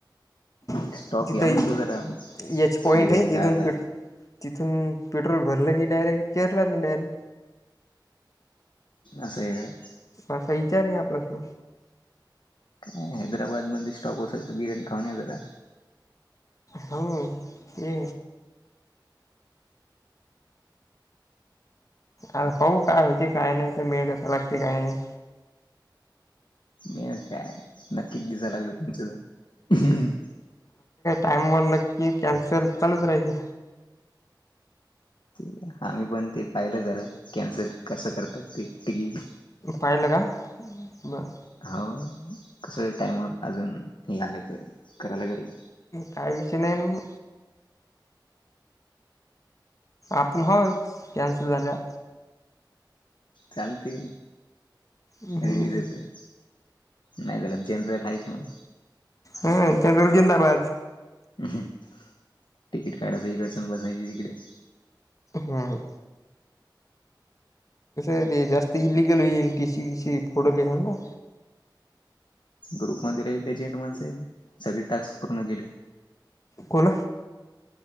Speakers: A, on the left (about 45°); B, on the left (about 75°).
A: तिथं
B: स्टॉप घ्या म्हणतो जरा
A: एच पॉइंट
B: बिर्याणी
A: आहे जिथून
B: खायचा
A: प तिथून पेट्रोल भरलं की डायरेक्ट केरळमध्ये नाही डायरेक्ट
B: अससें.
A: मा असा विचार आहे आपला सुरू.
B: काय हैदराबादमध्ये स्टॉक असेल तर बिर्याणी खाऊन जरा
A: ह ये. अ पाऊ काय होती काय नाही त मिळ कसं लागते काय नाही.
B: मी का नक्कीच दिसायला लागलो तुमचं जर
A: टाइमवरलं की कॅन्सेल चालूच राहायची.
B: ते आम्ही पण ते पाहिलं जरा कॅन्सल कसं करतात ते तिकीट
A: पाहीले का बरं.
B: हो कसं टाइमवर अजून हे आलं तर करायला लागेल
A: काय विषय नाही. आपण ह कॅनसल झाल्या.
B: चालते
A: हम्म
B: रेडी जते. नाही त्याला जेनरल आहेच मग
A: हम त्यां जिंदाबाद
B: तिकीट काढायचं इकडचण बसायची तिकडे
A: हां. ते जास्त इलिगल होईल टिसी किसी फोटो लेखण ना.
B: ग्रुपमध्ये राहील एजेंट माणईल सगळे टास्क पूर्ण केले.
A: कल